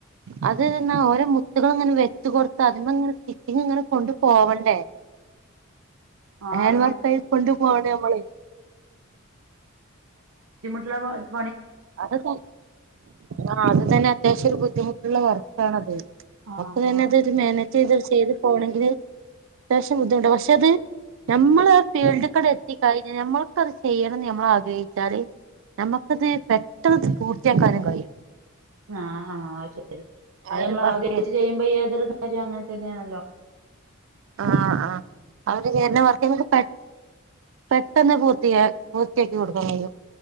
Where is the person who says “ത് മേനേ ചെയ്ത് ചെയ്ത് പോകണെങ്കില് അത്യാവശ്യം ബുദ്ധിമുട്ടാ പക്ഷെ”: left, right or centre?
Right